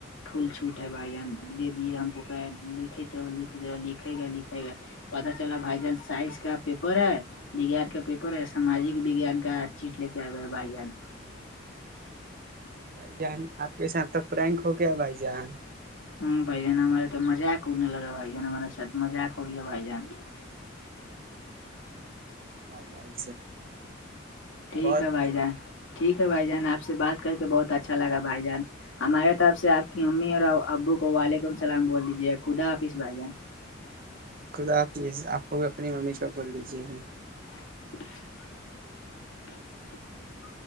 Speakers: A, on the left; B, on the right.
A: فھول چھوٹ ہے بھائی جن دے دیے ہم کوک لکھ رہ لکھ رہ لکھے گئے لکھے گئے پتا چلا بھائی جان سائس کا پیپر ہے وگان کا پیپر ہے ساماجک وگان کا چیٹ لے کے آ گیا بھائی جان
B: بھائی جان آپ کے ساتھ تو پرینک ہو گیا بھائی جان
A: ہ بھائی جان ہمارے تو مذااک انے لگا بھائی جان ہمارے ساتھ مذاق ہو گیا بھائی جان
B: ہاں بھائی
A: ٹھیک
B: بہت
A: ہے بھائی جان ٹھیک ہے بھائی جان آپ سے بات کر کے بہت اچھا لگا بھائی جان ہمارے طرف سے آپ کی امی اور ابو کو وعلیکم السلام بول دیجیے خدا حافظ بھائی جان
B: خدا آپ کو بھی اپنی ممی پ بول لیجیے گا
A: <inaudible> <inaudible>